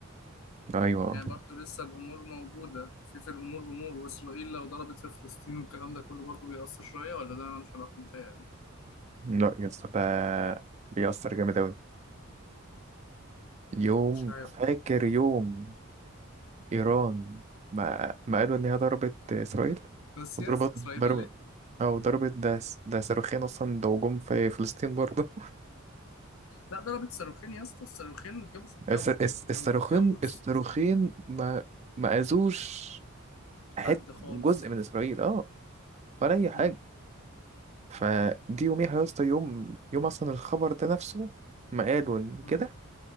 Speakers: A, on the right; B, on the left.
A: ايوه
B: يعني برضو لسه الأمور موجودة في في الأمور أمور وإسرائيل لو ضربت في فلسطين والكلام ده كله برضو بيأثر شوية ولا ده ملوش علاقة متهيألي
A: لا يا اسطى ده بيأثر جامد اوي
B: مم،
A: يوم
B: مش عارف
A: فاكر يوم إيران ما, ما قالوا إن هي ضربت إسرائيل
B: بس
A: وضربت
B: يا إسرائيل
A: ضرب
B: ولا إيه؟
A: أو ضربت ده س- ده صاروخين أصلا ده هجوم في فلسطين برضه
B: لا ضربت صاروخين يا اسطى الصاروخين اتجابوا في الجو
A: <laughs> الس- الس- الصاروخين
B: كانوا في الجو
A: الصاروخين ما ما أذوش حت
B: حد خالص
A: جزء من إسرائيل أه ولا أي حاجة
B: مم.
A: فدي يوميها يا اسطى يوم يوم أصلا الخبر ده نفسه ما قالوا إن
B: مم.
A: كده